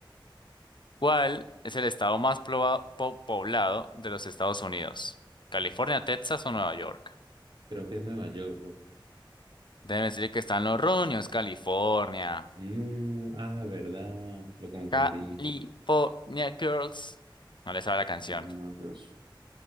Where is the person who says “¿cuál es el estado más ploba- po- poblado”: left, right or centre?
Left